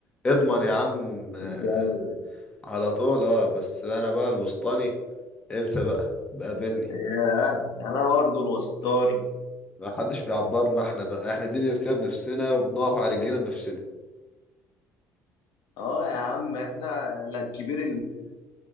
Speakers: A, on the left; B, on the left.
A: اضمن يا عم آه،
B: اتجوز
A: على طول اه بس انا بقى الوسطاني انسى بقى بقابلني
B: ياه انا برضه الوسطاني
A: ما حدش بيعبرنا احنا بقى احنا دي بنفسنا بنفسنا وبنقف على رجلينا بنفسنا
B: اه يا عم احنا لا الكبير